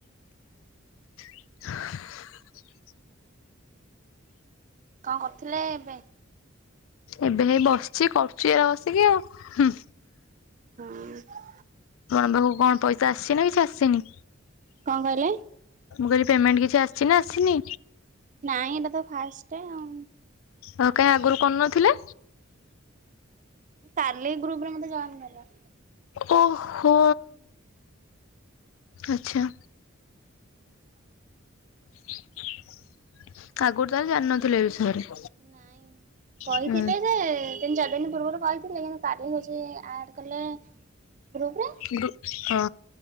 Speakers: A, on the left (about 75°); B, on the right (about 40°).
A: <inaudible>
B: କଣ କରୁଥିଲେ ଏବେ?
A: ଏବେ ହେଇ ବସିଛି କରୁଚି ଆଉ ବସିକି ଆଉ ହୁଁ।
B: ଅଁ
A: ତମ ପାଖକୁ କଣ ପଇସା ଆସିଚି ନା କିଛି ଆସିନି?
B: କଣ କହିଲେ?
A: ମୁଁ କହିଲି ପେମେଣ୍ଟ କିଛି ଆସିଛି ନା ଆସିନି?
B: ନାଇଁ ଏଇଟା ତ ଫାଷ୍ଟ। ଆଉ।
A: ହଁ କାଇଁ ଆଗରୁ କରୁ ନଥିଲେ?
B: କାଲି ଗ୍ରୁପରେ ମତେ ଜଏନ୍ କଲେ।
A: ଓ ହୋ ଆଚ୍ଛା।
B: <inaudible>
A: ଆଗରୁ ତାହେଲେ ଜାଣିନଥିଲେ ଏ ବିଷୟରେ?
B: ନାଇଁ
A: ଉଁ
B: କହିଥିଲେ ଯେ ତିନି ଚାରିଦିନ ପୂର୍ବରୁ କହିଥିଲେ କିନ୍ତୁ କାଲି ହଉଛି ଆଡ କଲେ ଗ୍ରୁପ
A: ଓହୋ।